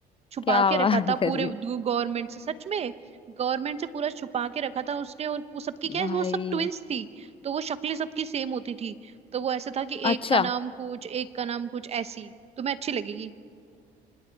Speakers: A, on the right; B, on the left.
A: छुपा
B: क्या
A: के
B: बात
A: रखा था
B: कर
A: पूरे
B: रही
A: गवर्नमेंट से सच में गवर्नमेंट से पूरा छुपा के रखा था उसने और वो सबकी
B: हो?
A: क्या
B: भाई
A: है वो सब ट्विंस थी तो वो शक्लें सबकी सेम होती थी तो वो ऐसे था कि
B: अच्छा
A: एक का नाम कुछ एक का नाम कुछ ऐसी तुम्हें अच्छी लगेगी